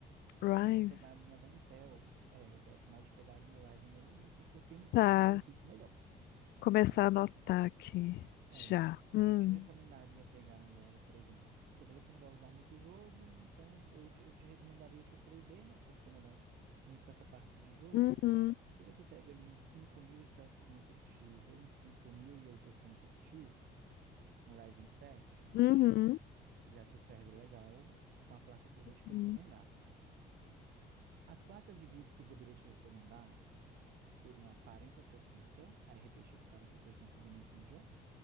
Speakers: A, on the left (about 75°); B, on the right (about 70°).
A: Rise.
B: em vez de pegar a linha da Intel. É, eu gosto mais de pegar a linha Ryzen da AMD, porque eu tenho um custo-benefício
A: Tá.
B: melhor,
A: Começar
B: sabe?
A: a anotar aqui.
B: É,
A: Já. Hum,
B: eu te recomendaria pegar agora, por exemplo. Você falou que não vai usar muito o jogo, então eu te, eu te recomendaria o x três d mas como você não vai muito para essa parte de jogo,
A: uhum,
B: se você pega ali um cinco mil e setecentos x ou um cinco mil e oitocentos x um Ryzen sete,
A: uhum.
B: já te serve legal com a placa que eu vou te recomendar.
A: uhum.
B: As placas de vídeos que eu poderia te recomendar seriam a quarenta sessenta, a RTX sessenta da NVIDIA,